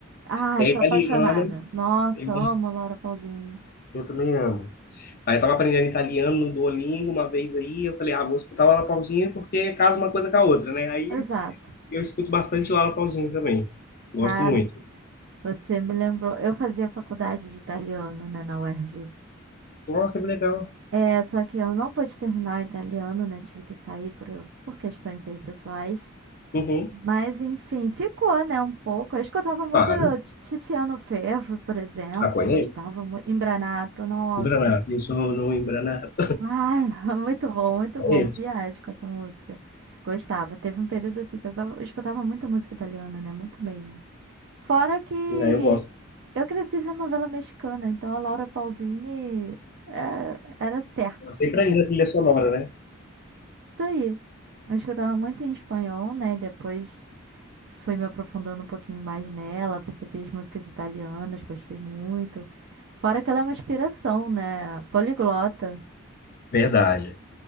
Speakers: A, on the right; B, on the left.
A: Ai,
B: É
A: sou
B: italiana,
A: apaixonada. Nossa,
B: eu
A: amo Laura Pausini.
B: eu também amo. Aí eu tava aprendendo italiano no Duolingo uma vez aí, eu falei, ah, vou escutar a Laura Pausini porque casa uma coisa com a outra, né? Aí
A: Exato.
B: Eu escuto bastante Laura Pausini também. Gosto
A: Cara,
B: muito.
A: você me lembrou. Eu fazia faculdade de italiano, né, na UERJ.
B: Oh, que legal.
A: É, só que eu não pude terminar o italiano, né? Tive que sair por, por questões aí pessoais.
B: Uhum,
A: Mas, enfim, ficou, né? Um pouco. Eu escutava muito
B: claro.
A: Tiziano Ferro, por exemplo.
B: Apanhei.
A: Gostava muito. Embranato, nossa.
B: Embranar. Eu isso no Embranar.
A: Ai, <laughs> muito bom, muito
B: Apanhei.
A: bom. Viagem com essa música. Gostava. Teve um período assim que eu tava- eu escutava muita música italiana, né? Muito mesmo. Fora que
B: Né, eu gosto.
A: eu cresci vendo novela mexicana, então a Laura Pausini é, era certa.
B: Sempre ainda a trilha sonora, né?
A: Isso aí. Acho que eu tava muito em espanhol, né? Depois fui me aprofundando um pouquinho mais nela, percebi as músicas italianas, gostei muito. Fora que ela é uma inspiração, né? Poliglota.
B: Verdade,